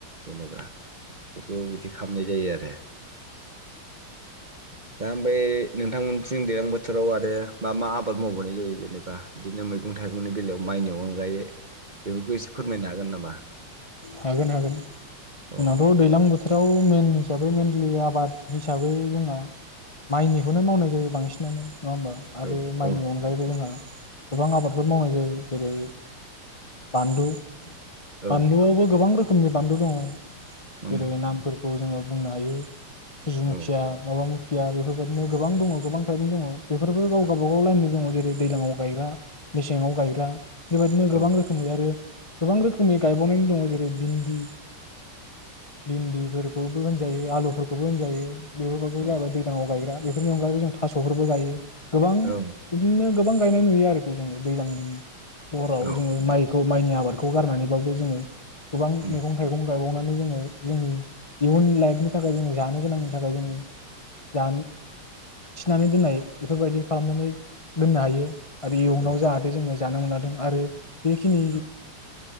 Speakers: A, on the right; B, on the left.
A: जेनेबा <unintelligible> बिदि खालामनाय जायो आरो। दा ओमफाय नोंथांमोनथिं दैलां बोथोराव आरो मा मा आबाद मावबावनाय जायो जेनेबा बिदिनो मैगं थाइगंनि बेलायाव माइनि अनगायै बेफोरखौ एसे फोरमायनो हागोन नामा।
B: हागोन हागोन
A: अ
B: जोंनावथ' दैलां बोथोराव मेन हिसाबै मेनलि आबाद हिसाबै जोंहा माइनिखौनो मावनाय जायो बांसिनानो। नङा होमबा आरो
A: औ
B: माइनि
A: औ
B: अनगायैबो जोंहा गोबां आबादफोर मावनाय जायो जेरै बानलु। बानलुआवबो
A: औ
B: गोबां रो खोमनि बानलु दङ।
A: उम
B: जेरै नामफोर खौ जोङो बुंनो हायो। सुजुमुखिया
A: औ
B: माबा मुखि खिया बेफोरबायदिनो गोबां दङ गोबां थाइफनि दङ। बेफोरबो गाव
A: औ
B: गाबागाव लाइननि दङ जेरै दैलाङाव गायग्रा मेसेङाव गायग्रा। बेबायदिनो गोबां
A: औ
B: रो गोबां रोखोमनि गायबावनानै दङ जेरै भिन्दि भिन्दिफोर। खौबो होनजायो आलुफोरखौबो होनजायो। बेफोरखौ
A: औ
B: जाहैबाय दैलाङाव गायग्रा। बेफोरनि अनगायैबो जों थास'फोरबो गायो। गोबां
A: औ
B: बिदिनो गोबां गायनाय नुयो आरोखि जोङो दैज्लांनि हराव
A: औ
B: जोङो माइखौ माइनि आबादखौ गारनानैबाबो जोङो गोबां
A: उम
B: मैगं थाइगं गायबावना जोङो जोंनि इयुन लाइफनि थाखाय जोङो जानो गोनांनि थाखाय जोङो जानो थिनानै दोननाय बेफोरबायदि खालामनानै दोननो हायो। आरो इयुनाव
A: औ
B: जाहाथे जोङो जानो मोनादों आरो बेखिनि
A: औ